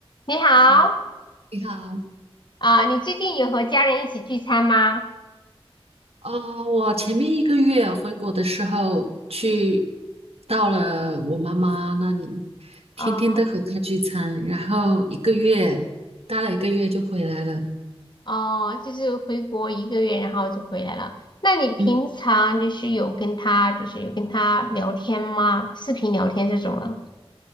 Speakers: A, on the left; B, on the right.
A: 你好，
B: 好，你好，
A: 啊、你最近有和家人一起聚餐吗？
B: 呃，我前面一个月回国的时候去到了我妈妈那里，天天都和她聚餐，
A: 哦、
B: 然后一个月待了一个月就回来了。
A: 哦，就是回国一个月，然后就回来了。那你平常就是有跟他，
B: 嗯，
A: 就是有跟他聊天吗？视频聊天这种了？